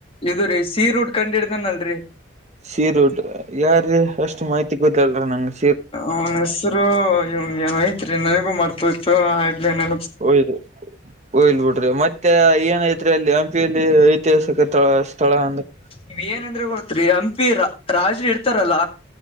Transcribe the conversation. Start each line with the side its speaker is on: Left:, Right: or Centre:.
Left: ಇದು ರೀ ಸೀ ರೂಟ್ ಕಂಡಿಡ್ದೇನಲ್ರರಿ?
Right: ಸೀ ರೂಟ್ ಯಾರ್ರೀ ಅಷ್ಟು ಮಾಹಿತಿ ಗೊತ್ತಲ್ರ ನಂಗೆ.
Left: ಅವ್ನ ಹೆಸರು ಇವನ್ ಏನ ಐತ್ರಿ ನನಗೂ ಮರ್ತೋಯ್ತು ಆಗ್ಲೆ ಏನ
Right: ಹೊಯ್ ಹೊಯ್ಲ್ ಬಿಡ್ರಿ ಮತ್ತೆ ಏನೈತ್ರಿ ಅಲ್ಲಿ ಹಂಪಿಯಲ್ಲಿ ಐತಿಹಾಸಿ ತ ಸ್ಥಳ ಅಂದ್ರೆ
Left: ಇವ್ ಏನಂದ್ರೆ ಗೊತ್ರಿ ಹಂಪಿ ರಾಜ್ರು ಇರ್ತಾರಲ್ಲ